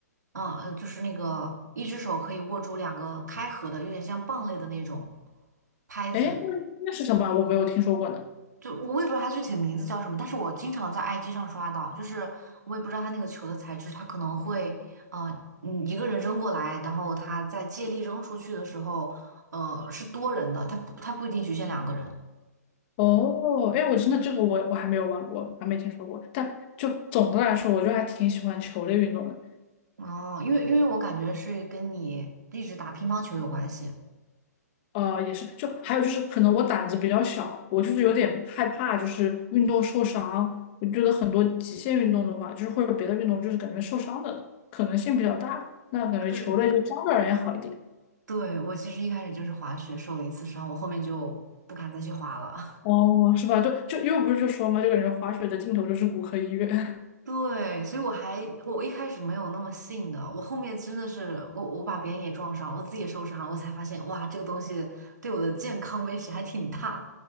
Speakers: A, on the right (about 85°); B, on the left (about 40°).
A: 嗯、呃，就是那个一只手可以握住两个开合的，有点像棒类的那种拍子，
B: 哎，那那是什么？我没有听说过呢。
A: 就我也不知道它具体的名字叫什么，但是我经常在 IG 上刷到，就是我也不知道它那个球的材质，它可能会，呃，嗯，一个人扔过来，然后他在借力扔出去的时候，呃，是多人的，他不，它不一定局限两个人。
B: 哦，哎，我真的这个我我还没有玩过，还没听说过。但就总的来说，我就还挺喜欢球类运动的。
A: 哦，因为因为我感觉是跟你一直打乒乓球有关系。
B: 呃，也是，就还有就是，可能我胆子比较小，我就是有点害怕，就是运动受伤。我觉得很多极限运动的话，就是或者别的运动，就是感觉受伤的可能性比较大。那感觉球类就相对而言好一点。
A: 对，对，我其实一开始就是滑雪受了一次伤，我后面就不敢再去滑了。
B: 哦，是吧？就就因为不是就说嘛，就感觉滑雪的尽头就是骨科医院。
A: 对，所以我还我一开始没有那么信的，我后面真的是我我把别人也撞上了我自己也受伤了，我才发现哇，这个东西对我的健康威胁还挺大。